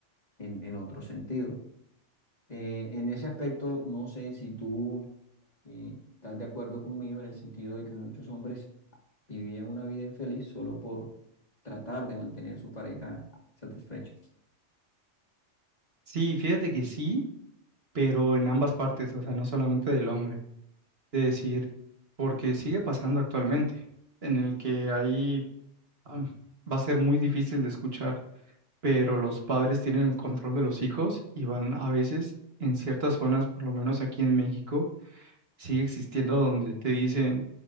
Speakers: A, on the left (about 35°); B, on the right (about 55°).
A: en, en otro sentido. Eh, en ese aspecto, no sé si tú eh, ¿estás de acuerdo conmigo en el sentido de que muchos hombres vivían una vida infeliz solo por tratar de mantener su pareja satisfecha?
B: Sí, fíjate que sí, pero en ambas partes, o sea, no solamente del hombre. de decir, porque sigue pasando actualmente, en el que ahí am, va a ser muy difícil de escuchar, pero los padres tienen el control de los hijos y van a veces en ciertas zonas, por lo menos aquí en México, sigue existiendo donde te dicen,